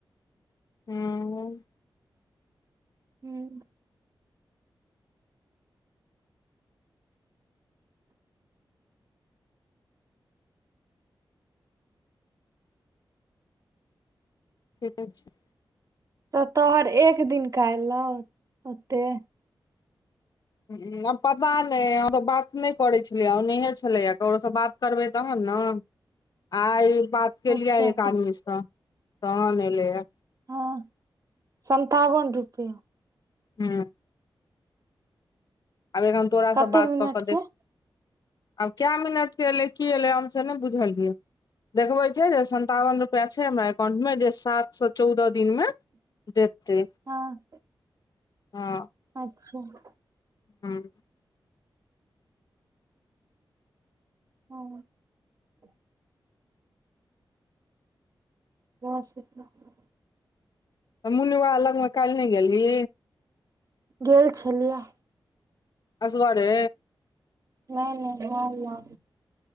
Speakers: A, on the left; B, on the right.
A: हूं।
B: हूँ।
A: ठीके छै।
B: तऽ तोहर एक दिन कलौ ओते।
A: ह आ पता नै हम तऽ बात नै करै छलियै, नहे छलैया ककरो सँ बात करबै तहन ने आ ई बात। केलिये
B: अच्छा
A: एक
B: तऽ
A: आदमीसँ तहन एलै हे।
B: हँ सन्तावन रुपया।
A: हूँ। आब एखन तोरासँ
B: कते
A: बात
B: मिनट
A: कऽ केऽ देख
B: के
A: आब कै मिनट के एले, की एले हमसे ने बुझलियै। देखबे छै, जे सन्तावन रुपआ छै हमरा एकाउंट मे जे सात सए चौदह दिन मे देतै
B: हँ
A: हँ।
B: ह
A: हूं।
B: हँ। <unintelligible>
A: तऽ मुनि बाबा लगमें काइल नै गेलहि।
B: गेल छलियै।
A: असगरे।
B: नै -नै हम माॅं।